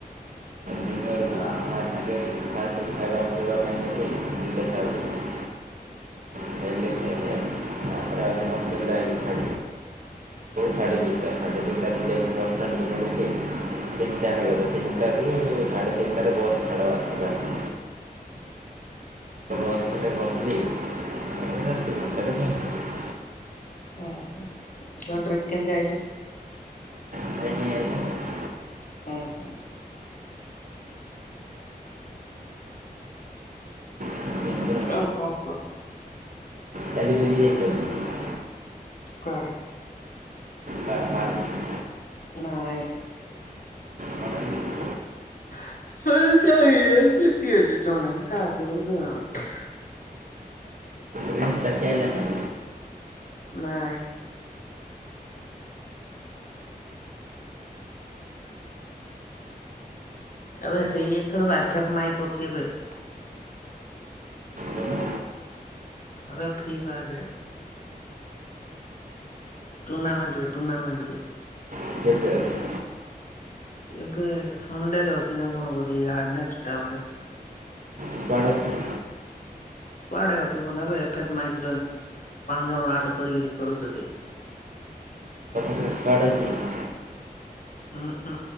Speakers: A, on the right; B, on the left.
A: ଦିନରୁ
B: <unintelligible>
A: ସାର୍ ସାଙ୍ଗେ <unintelligible> <inaudible> <unintelligible> ସାଡେ ଦି ଟା, ସାଡେ ଦି ଟାରୁ ଯାଇ <unintelligible> ତିନ୍ଟା ହେଇଗଲା ତିନିଟାରୁ ସାଢ଼େ ତିନିଟାରେ ବସ୍ ଛାଡ଼ିବାର। <unintelligible>
B: <inaudible>
A: ଏଇଠି ବସିଚି। <unintelligible>
B: ହୁଁ - ହୁଁ <unintelligible> କେମିତି ଆଇଲୁ?
A: <unintelligible>
B: ହୁଁ- ହୁଁ।
A: କିଛି ନାହିଁ ପୁରା
B: ଆଉ କଣ କ?
A: କାଲି ବୁଲି ଯାଇଥିଲ? <unintelligible>
B: କୁଆଡେ?
A: ପାର୍କ ଫାର୍କ।
B: ନାଇଁ।
A: ମାନେ
B: <unintelligible>
A: <unintelligible>
B: ନାଇଁ। <unintelligible>
A: ବୋଲେ
B: ଆବେ ଫ୍ରି ଫାୟାର୍ ରେ। ଟୁର୍ଣ୍ଣାମେଣ୍ଟ ହୁଏ, ଟୁର୍ଣ୍ଣାମେଣ୍ଟ ଯୋଉ
A: <unintelligible>
B: ଏବେ ସନ୍ ଡେ ରେ ଅଛି ନା କଣ ବୋଧେ, ୟାର ନେକ୍ସଟା ବୋଧେ?
A: କୁଆଡ଼େ ଅଛି?
B: <unintelligible> ପାଞ୍ଚ ଜଣ ଆଡ କରିକି ଖେଳୁଚନ୍ତି।
A: <unintelligible>
B: ଉଁଁ